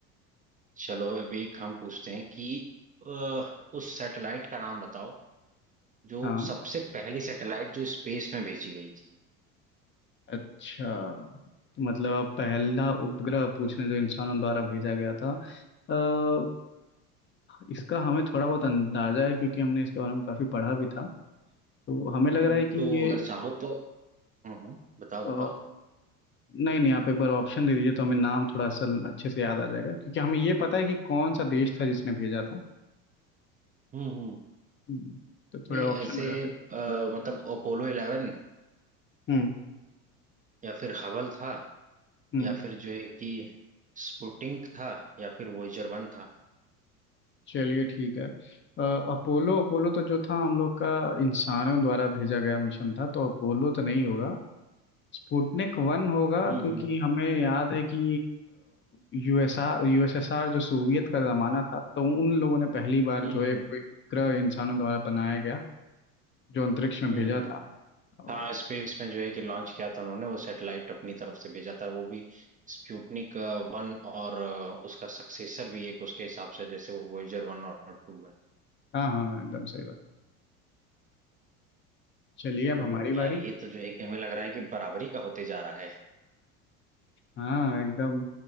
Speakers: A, on the right; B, on the left.
A: चलो अभी एक हम पूछते हैं कि अ, उस सैटेलाइट का नाम बताओ जो
B: हाँ
A: सबसे पहली सैटेलाइट जो स्पेस में भेजी गई थी
B: अच्छा मतलब अब पहला उपग्रह पूछना जो इंसानों द्वारा भेजा गया था अ, इसका हमें थोड़ा बहुत अंदाजा है क्योंकि हमने इसके बारे में काफी पढ़ा भी था तो हमें लग
A: हम्म,
B: रहा है कि
A: तो
B: ये
A: अगर चाहो तो हम्म हम्म, बताओ
B: अ,
A: बताओ
B: नहीं नहीं आप एक बार ऑप्शन दे दीजिए तो हमें नाम थोड़ा सा अच्छे से याद आ जाएगा क्योंकि हमें ये पता है कि कौन सा देश था जिसने भेजा था
A: हम्म हम्म
B: हम्म, तो
A: नहीं
B: थोड़े ऑप्शन
A: ऐसे
B: हो जाते
A: अ, मतलब अपोलो इलेवन
B: हम्म
A: या फिर हबल था
B: हम्म
A: या फिर जो है कि स्पुटिंग था या फिर वोयेजर वन था
B: चलिए ठीक है अ, अपोलो अपोलो तो जो था हम लोग का इंसानों द्वारा भेजा गया मिशन था तो अपोलो तो नहीं होगा स्पुतनिक वन होगा
A: हम्म
B: क्योंकि
A: हम्म
B: हमें याद है कि यूएसआर यूएसएसआर जो सोवियत का जमाना था तो उन लोगों ने पहली बार
A: हम्म
B: जो है
A: हम्म
B: कोई उपग्रह इंसानों द्वारा बनाया गया जो अंतरिक्ष में
A: हम्म,
B: भेजा
A: हम्म।
B: था और-
A: हाँ स्पेस में जो है कि लॉन्च किया था उन्होंने वो सैटेलाइट अपनी तरफ से भेजा था वो भी स्पुतनिक वन और अ, उसका सक्सेसर भी एक उसके हिसाब से जैसे वो वोयेजर वन और टू है
B: हाँ हाँ एकदम सही बात चलिए
A: हम्म
B: अब हमारी
A: यार
B: बारी
A: ये तो जो है कि हमें लग रहा है कि बराबरी का होते जा रहा है
B: हाँ एकदम